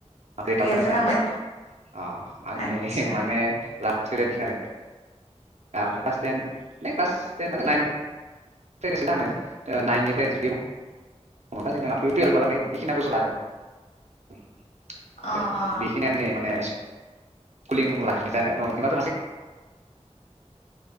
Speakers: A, on the right (about 70°); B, on the left (about 65°).
A: बेेकआप
B: गैया
A: जानायसै
B: जालांबाय
A: आरो अ आंनि
B: आदसा
A: माने ला <unintelligible> <unintelligible>
B: अ अ
A: बेखिनि आंनि माने <unintelligible> बेखो